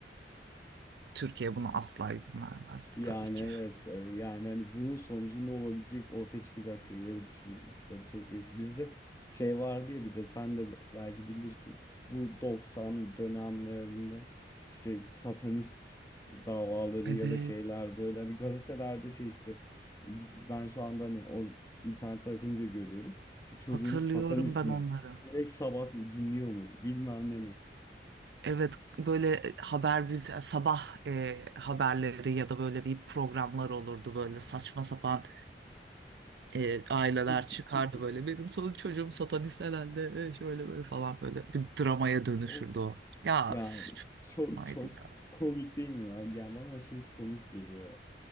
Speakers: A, on the right; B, on the left.
A: Türkiye buna asla izin vermezdi
B: Yani
A: tabii ki.
B: evet e, yani hani bunun sonucunda olabilecek ortaya çıkacak şeyleri düşündüm. O çok değişik. Bizde şey vardı ya bir de sen de belki bilirsin. Bu 90 dönemlerinde işte satanist davaları
A: Evet.
B: ya da şeyler böyle hani gazetelerde şey işte ben şu anda hani o internet aratınca görüyorum. İşte çocuğunuz
A: Hatırlıyorum
B: satanist
A: ben
B: mi?
A: onları.
B: Black Sabbath dinliyor mu? Bilmem ne mi?
A: Evet böyle haber bülten sabah e, haberleri ya da böyle bir programlar olurdu böyle saçma sapan e, aileler çıkardı
B: <laughs>
A: böyle. Benim son çocuğum satanist herhalde e, şöyle böyle falan böyle bir dramaya dönüşürdü
B: Of.
A: o. Ya
B: Yani
A: üf, çok
B: çok
A: saçmaydı
B: çok
A: ya.
B: komik değil mi lan? Yani bana aşırı komik geliyor ya.